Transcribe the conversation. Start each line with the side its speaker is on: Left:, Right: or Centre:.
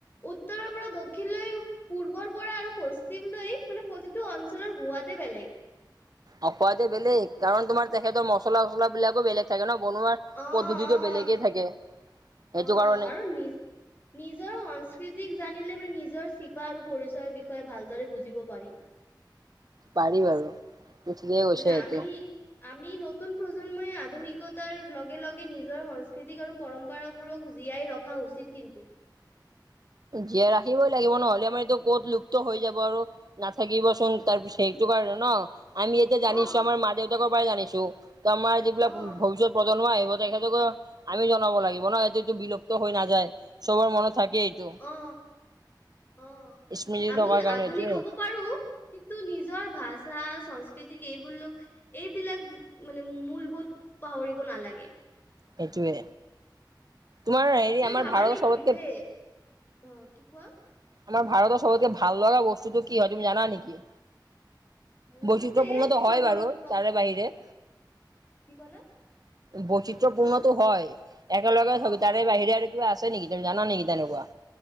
Left: উত্তৰৰ পৰা দক্ষিণলৈ পূৰ্বৰ পৰা আৰু পশ্চিমলৈ মানে প্ৰতিটো অঞ্চলৰ সুৱাদে বেলেগ।
Right: অ সোৱাদে বেলেগ কাৰণ তোমাৰ তেখেতৰ মছলা চছলা বিলাকো বেলেগ থাকে ন বনোৱাৰ
Left: অ', অ',
Right: পদ্ধতিটো বেলেগেই থাকে সেইটো
Left: অ',
Right: কাৰণেই।
Left: আৰু নিজ নিজৰ সংস্কৃতিক জানিলে মানে নিজৰ চিপা আৰু পৰিচয়ৰ বিষয়ে ভালদৰে বুজিব পাৰি।
Right: পাৰি বাৰু। ঠিকেই কৈছে
Left: মানে
Right: সেইটো
Left: আমি আমি নতুন প্ৰজন্মই আধুনিকতাৰ লগে লগে নিজৰ সংস্কৃতিক আৰু পৰম্পৰাবোৰক জীয়াই ৰখ ৰখা উচিত, কিন্তু।
Right: জীয়াই ৰাখিবই লাগিব নহলে আমাৰ এইটো ক'ত লুপ্ত হৈ যাব আৰু নাথাকিবচোন তাৰপিছত সেইটো কাৰণে ন। ' আমি এতিয়া
Left: অ
Right: জানিছো আমাৰ মা দেউতাকৰ পৰাই জানিছো। আমাৰ যিবিলাক
Left: অ
Right: ভৱিষ্যত প্ৰজন্ম আহিব তেখেতকো আমি জনাব লাগিব ন, এইটো টো বিলুপ্ত হৈ নাযায় সবৰ মনত থাকে এইটো।
Left: অ অ
Right: স্মৃতি
Left: আমি
Right: থকাৰ কাৰণে
Left: আধুনিক
Right: এইটোয়ে
Left: হ'ব পাৰো কিন্তু নিজৰ ভাষা সংস্কৃতিক এইবোৰ লোক এইবিলাক মানে মূলবোধ পাহৰিব নালাগে।
Right: সেইটোৱে, তোমাৰ হেৰি
Left: তুমি
Right: আমাৰ
Left: ভাবা
Right: ভাৰতৰ
Left: নেকি
Right: চবতকে
Left: যে অ' কি কোৱা?
Right: আমাৰ ভাৰতৰ চবতকে ভাল লগা বস্তুটো কি হয় তুমি জানা নেকি?
Left: মোৰতো
Right: বৈচিত্ৰপূৰ্ণটো
Left: এই
Right: হয়
Left: চবৰ
Right: বাৰু
Left: চব
Right: তাৰে বাহিৰে।
Left: কি ক'লা?
Right: বৈচিত্ৰপূৰ্ণতো হয় একেলগে থাকোঁ
Left: অ
Right: তাৰ তাৰে বাহিৰে আৰু কিবা আছে নেকি তুমি জানা নেকি তেনেকুৱা?